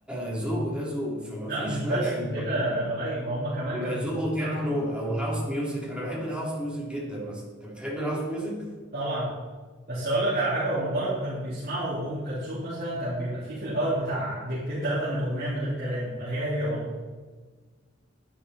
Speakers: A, in the centre; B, on the right.
A: ذوق وده ذوق فما
B: لا
A: فيش
B: مش بس
A: مانع ان
B: كده
A: الواحد يبقى
B: يا لؤي ما هم كمان
A: يبقى
B: كانوا
A: ذوقه تكنو
B: بيسمعوا
A: او هاوس ميوزك انا بحب الهاوس ميوزك جدا مثلا انت بتحب الهاوس ميوزك
B: طبعا بس اقول لك على حاجه هم برضو كانوا بيسمعوا ام كلثوم مثلا كان بيبقى فيه في الاول بتاع دقيقتين ثلاثه من الاغنيه من غير كلام فهي هي برضو